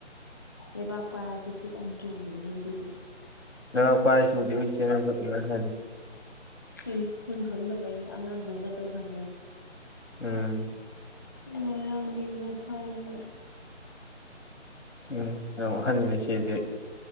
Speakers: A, on the left; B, on the left.
A: ꯂꯩꯕꯥꯛ ꯄꯥꯏꯔꯗꯤ ꯈꯨꯠ ꯌꯥꯝ ꯆꯨꯕꯅꯦ ꯑꯗꯨꯒꯤ
B: ꯂꯨꯕꯥꯛ ꯄꯥꯢꯔꯁꯨ ꯆꯨꯗꯦ ꯢꯆꯦ ꯑꯗꯨꯃꯥꯢ ꯍꯥꯢꯅꯨ
A: ꯆꯨꯏ ꯅꯪ ꯈꯪꯗꯕꯩꯅꯦ ꯑꯉꯥꯡ ꯅꯪꯅ ꯀꯩ ꯈꯪꯗꯅ
B: ꯎꯝ
A: ꯉꯔꯥꯡꯒꯤ ꯉꯥ ꯈꯥꯅꯦ
B: ꯎꯝ ꯌꯥꯝ ꯑꯍꯥꯟꯅꯤꯅ ꯢꯆꯦꯗꯤ